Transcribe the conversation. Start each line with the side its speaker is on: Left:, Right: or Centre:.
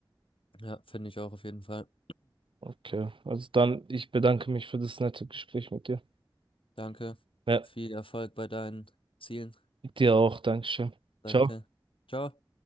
Left: ja, finde ich auch auf jeden Fall.
Right: Okay, also dann, ich bedanke mich für das nette Gespräch mit dir.
Left: Danke.
Right: Ja,
Left: Viel Erfolg bei deinen Zielen.
Right: dir auch, Dankeschön.
Left: Danke.
Right: Ciao.
Left: Ciao.